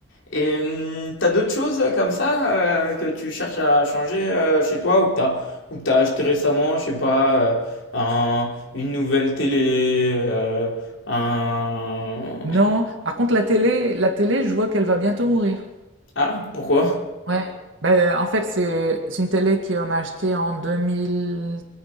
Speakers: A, on the left; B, on the right.
A: Et hum, t'as d'autres choses euh, comme ça euh, que tu cherches à changer euh, chez toi ou que t'as ou que t'as acheté récemment, je sais pas, euh, un- une nouvelle télé, euh, un...
B: Non, par contre, la télé, la télé, je vois qu'elle va bientôt mourir.
A: Ah, pourquoi?
B: Ouais. Ben, en fait, c'est c'est une télé qu'on a achetée en 2000,